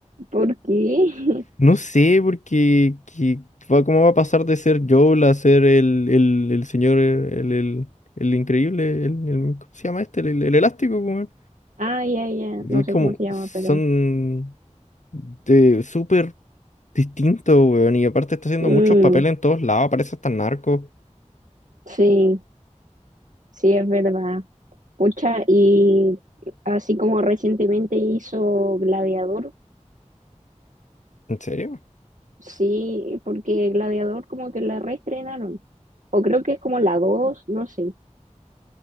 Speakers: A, on the right; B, on the left.
A: ¿Por qué? <laughs>
B: No sé, porque que va, cómo va a pasar de ser Joel a ser el, el, el señor, eh, el, el, el increíble, el, el- ¿cómo se llama este? El, el- el elástico, weón.
A: Ah, ya, ya.
B: Y
A: <laughs> No
B: Es
A: sé
B: como,
A: cómo se llama, pero.
B: son de súper distintos, weón. Y aparte está haciendo
A: mm,
B: muchos papeles en todos lados, parece hasta narco.
A: sí, sí, es verdad. Pucha, y así como recientemente hizo Gladiador,
B: ¿En serio?
A: sí, porque Gladiador como que la reestrenaron. O creo que es como la dos no sé.